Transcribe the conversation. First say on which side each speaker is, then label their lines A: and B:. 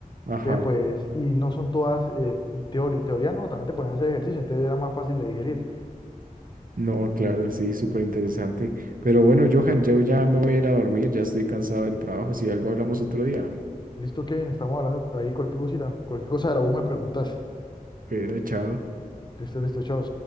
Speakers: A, on the right; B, on the left.
A: Ajá.
B: Entonces, pues, y no son todas eh, teori- teoría, no, también te ponen a hacer ejercicio, entonces era más fácil de digerir.
A: No, claro,
B: Entonces,
A: sí, súper interesante. Pero bueno, Johan, yo ya me voy a ir a dormir, ya estoy cansado del trabajo. Si algo hablamos otro día.
B: listo, Kevin, estamos hablando ahí cualquier cosita, cualquier cosa de la U me preguntas.
A: Pero chao.
B: Listo, listo, chao.